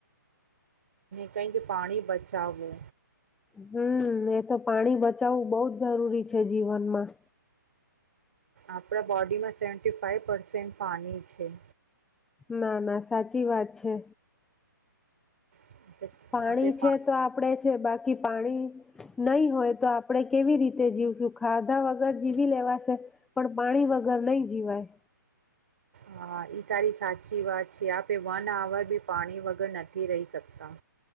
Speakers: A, on the right (about 50°); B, in the centre.
A: કઈ કે પાણી બચાાવો
B: હમ એ તો પાણી બચાવવું બહુ જ જરૂરી છે જીવનમાં
A: આપણા બોડીમાં સેવન્ટી ફાઈવ પર્સેન્ટ પાણી છે
B: ના ના સાચી વાત છે
A: આપણે
B: પાણી
A: આપણે
B: છે
A: પા
B: તો આપડે છે બાકી પાણી નહી હોય તો આપણેે કેવી રીતે જીવશું ખાધા વગર જીવી લેવાશે પણ પાણી વગર નહી જીવાય.
A: હા ઈ તારી સાચી વાત છે આપે વન આવર ભી પાણી વગર નથી રહી શકતા